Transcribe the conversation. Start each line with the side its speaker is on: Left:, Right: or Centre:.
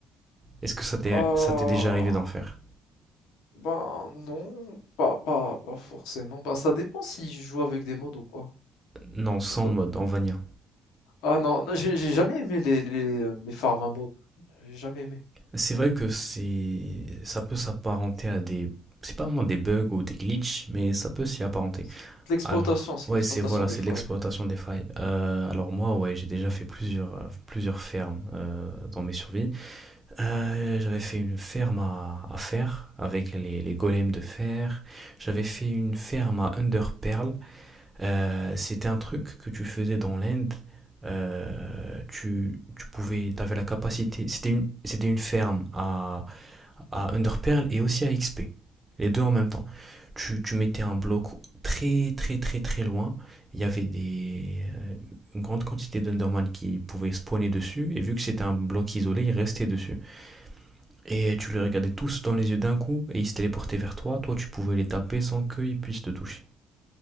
Right: Est-ce que ça t'est
Left: Euh,
Right: ça t'est déjà arrivé d'en faire?
Left: ben non, pas, pas, pas forcément. Ben, ça dépend si je joue avec des mods ou pas.
Right: Non,
Left: Et
Right: sans
Left: pour toi?
Right: mode, en vanilla.
Left: Ah non, non, j'ai j'ai jamais aimé les, les, euh, les farms à mobs. J'ai jamais aimé.
Right: C'est vrai que c'est ça peut s'apparenter à des c'est pas vraiment des bugs ou des glitches, mais ça peut s'y apparenter.
Left: C'est de l'exploitation,
Right: Alors,
Left: c'est
Right: ouais,
Left: de l'exploitation
Right: c'est voilà,
Left: des
Right: c'est
Left: fois.
Right: de l'exploitation
Left: ouais.
Right: des failles. Euh, alors moi, ouais, j'ai déjà fait plusieurs euh, plusieurs fermes euh, dans mes survies. Euh, j'avais fait une ferme à, à fer avec les, les golems de fer. J'avais fait une ferme à Under Pearl. Euh, c'était un truc que tu faisais dans l'Inde. Euh, tu, tu pouvais, t'avais la capacité. C'était une, c'était une ferme à, à Underpearl et aussi à XP. Les deux en même temps. Tu, tu mettais un bloc très, très, très, très loin. Il y avait des, euh, une grande quantité d'Underman qui pouvaient spawner dessus. Et vu que c'était un bloc isolé, ils restaient dessus. Et tu les regardais tous dans les yeux d'un coup et ils se téléportaient vers toi. Toi, tu pouvais les taper sans qu'ils puissent te toucher.